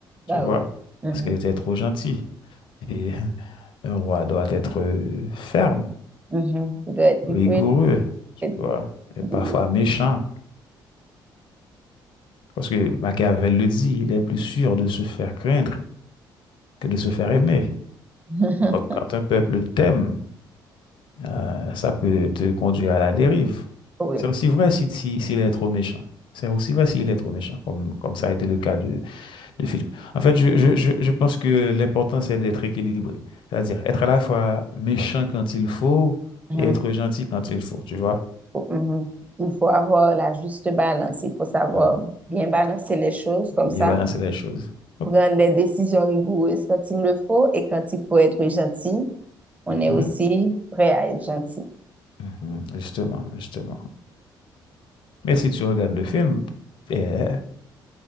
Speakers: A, on the right; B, on the left.
A: Bah
B: tu vois,
A: oui. Mhm,
B: parce qu'il était trop gentil. Et <laughs> un roi doit être euh, ferme
A: mhm, mhm. Il doit être il
B: rigoureux,
A: doit
B: tu
A: être-
B: vois, et
A: il
B: parfois
A: doit
B: méchant. Parce que Machiavel le dit, il est plus sûr de se faire craindre que de se faire aimer.
A: <laughs>
B: Donc, quand un peuple t'aime, euh, ça peut te conduire à la dérive.
A: Oui.
B: C'est aussi vrai si, si- s'il est trop méchant. C'est aussi vrai s'il est trop méchant, comme, comme ça a été le cas de, de Philippe. En fait, je, je, je, je pense que l'important, c'est d'être équilibré. C'est-à-dire être à la fois méchant quand il faut
A: Mhm.
B: et être gentil quand il faut, tu vois.
A: faut- mhm. Il faut avoir la juste balance. Il faut savoir
B: Voilà,
A: bien balancer les choses comme
B: bien
A: ça,
B: balancer les choses. Hop.
A: prendre des décisions rigoureuses quand il le faut et quand il faut être gentil, on
B: Mhm.
A: est aussi prêt à être gentil.
B: Mhm, Justement, justement. Mais si tu regardes le film, eh,